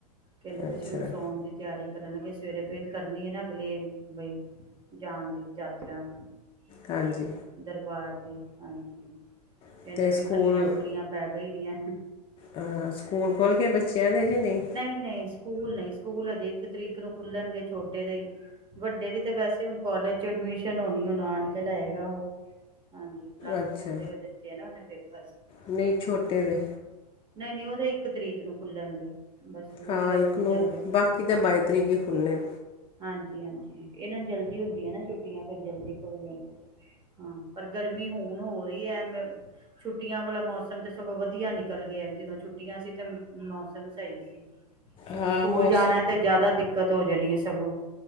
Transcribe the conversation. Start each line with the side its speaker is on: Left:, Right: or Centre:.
Right: ਕਹਿੰਦੇ ਪਏ
Left: ਅੱਛਾ
Right: ਸੀ ਹੁਣ ਸੌਉਣ ਦੀ ਤਿਆਰੀ ਕਰਨ ਲੱਗੇ, ਸਵੇਰੇ ਫੇਰ ਕਰਨੀ ਐ ਨਾ ਅਗਲੇ ਬਈ ਜਾਣ ਦੀ ਯਾਤਰਾ।
Left: ਹਾਂਜੀ
Right: ਦਰਬਾਰ ਦੀ। ਕਹਿੰਦੇ
Left: ਅਤੇ
Right: ਬਈ
Left: ਸਕੂਲ
Right: ਖੱਲੀਆਂ-ਖੁੱਲੀਆਂ ਪੈ ਗਈ ਦੀਆਂ।
Left: ਹਾਂ, ਸਕੂਲ ਖੁੱਲ ਗਏ ਬੱਚਿਆਂ ਦੇ ਕਿ ਅਜੇ ਨਹੀਂ?
Right: ਨਹੀਂ ਸਕੂਲ ਨਹੀਂ ਸਕੂਲ ਹਜੇ ਇੱਕ ਤਰੀਕ ਨੂੰ ਖੁੱਲਣਗੇ ਛੋਟੇ ਦੇ, ਵੱਡੇ ਦੀ ਤੇ ਵੈਸੇ ਹੁਣ ਕਾਲਜ ਚ ਐਡਮਿਸ਼ਨ ਹੋਣੀ ਹੁਣ ਆਣ ਕੇ ਲਏਗਾ ਉਹ, ਹਾਂਜੀ। ਪਲੱਸ
Left: ਅੱਛਾ
Right: ਟੂ ਦੇ ਦਿੱਤੇ ਨਾ ਉਹਨੇ ਪੇਪਰ,
Left: ਨਹੀਂ ਛੋਟੇ
Right: ਹਾਂ।
Left: ਦੇ
Right: ਨਹੀਂ-ਨਹੀਂ ਉਹਦੇ ਇੱਕ ਤਰੀਕ ਨੂੰ ਖੁੱਲਣਗੇ। ਬਸ ਬੁੱਧਵਾਰ
Left: ਹਾਂ ਇੱਕ
Right: ਖੁੱਲ
Left: ਨੂੰ
Right: ਜਾਣਗੇ,
Left: ਬਾਕੀ ਤਾਂ ਬਾਈ
Right: ਹੂੰ,
Left: ਤਰੀਕ ਹੀ ਖੁੱਲ੍ਹਣੇ
Right: ਹਾਂਜੀ। ਹਾਂਜੀ, ਇਹਨਾਂ ਨੂੰ ਜਲਦੀ ਹੁੰਦੀਆਂ ਨਾ ਛੁੱਟੀਆਂ, ਫ਼ਿਰ ਜਲਦੀ ਖੁੱਲ ਜਾਣਦੇ। ਹਾਂ, ਪਰ ਗਰਮੀ ਹੁਣ ਹੋ ਰਹੀ ਐ, ਮੈਂ ਛੁੱਟੀਆਂ ਵਾਲਾ ਮੌਸਮ ਤੇ ਸਗੋਂ ਵਧੀਆ ਨਿਕਲ ਗਿਆ, ਜਦੋਂ ਛੁੱਟੀਆਂ ਸੀ ਤੇ ਮੌਸਮ ਸਹੀ ਸੀ। ਹੁਣ
Left: ਹਾਂ
Right: ਸਕੂਲ
Left: ਮੌਸਮ
Right: ਜਾਣਾ ਤੇ ਜਿਆਦਾ ਦਿਕ -ਕਤ ਹੋ ਜਾਣੀ ਏ ਸਗੋਂ,